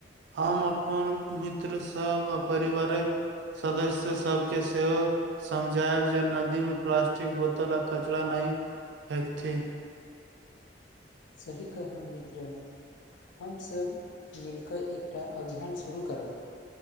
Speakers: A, on the right; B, on the left.
A: हम अपन मित्र सब आ परिवारक सदस्य सभके सेहो समझायब जे नदी में प्लास्टिक बोतल आ कचरा नहि फेेकथि
B: सही कहलहुँ मित्र हमसभ मिलकऽ एकटा अभियान शुरू करब